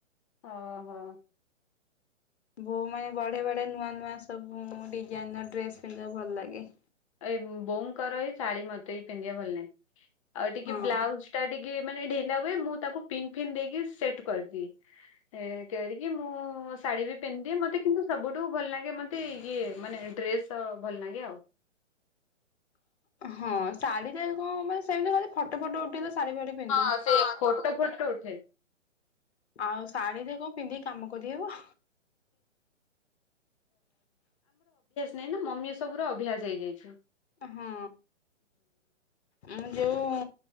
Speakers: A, on the left; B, on the left.
A: ଓ ହୋ।
B: ବୋ ମାନେ ବଢେ ବଢେ ନୂଆ ନୂଆ ସବୁ ଡିଜାଇନ ର ଡ୍ରେସ ପିନ୍ଧିବାକୁ ଭଲ ଲାଗେ।
A: ଏଇ ବୋଉଙ୍କର ହିଁ ଶାଢୀ ମତେ ପିନ୍ଧିବା ଭଲ ନାହିଁ। ଆଉ ଟିକେ
B: ହଁ।
A: ବ୍ଲାଉଜ ଟା ଟିକେ ମାନେ ଢ଼ି ଲା ହୁଏ ମୁଁ ତାକୁ ପିନ ଫିନ୍ ଦେଇକି ସେଟ କରିଦିଏ। କରିକି ମୁଁ ମୋ ଶାଢ଼ୀ ବି ପିନ୍ଧିଦିଏ। ମତେ କିନ୍ତୁ ସବୁଠୁ ଭଲ ଲାଗେ ମୋତେ ଇଏ ମାନେ ଡ୍ରେସ୍ ତ ଭଲ ଲାଗେ ଆଉ।
B: ହଁ ଶାଢୀରେ କଣ ମାନେ ସେମିତି ଫଟୋ ଫଟ ଉଠେଇ ଶାଢ଼ୀ ଫାଡି ପିନ୍ଧୁନି।
A: ହଁ ସେଇଆ ଫଟୋ ଫଟୋ ଉଠେ।
B: ଆଉ ଶାଢ଼ୀ ରେ ପିନ୍ଧିକି କାମ କରିହବ।
A: ନାଇଁ ନା ମମି ଏସବୁର ଅଭ୍ୟାସ ହେଇଯାଇଛୁ।
B: ଅ, ହଁ ମୁଁ ଯୋଉ